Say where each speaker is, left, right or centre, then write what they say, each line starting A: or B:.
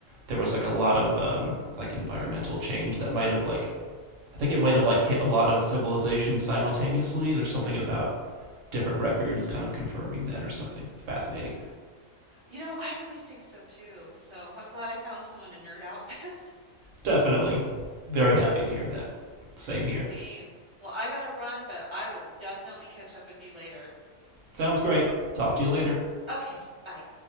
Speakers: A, on the right (about 65°); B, on the right (about 40°).
A: there was like a lot of um, like environmental change that might have like I think it might have like hit a lot of civilizations simultaneously. There's something about different records kind of confirming that or something. It's fascinating.
B: you know, I really think so too. So I'm glad I found someone to nerd out with. <laughs>
A: Definitely very happy to hear that. Same
B: Cool
A: here.
B: beans. Well, I gotta run, but I will definitely catch up with you later.
A: Sounds great. Talk to you later.
B: Okay, bye.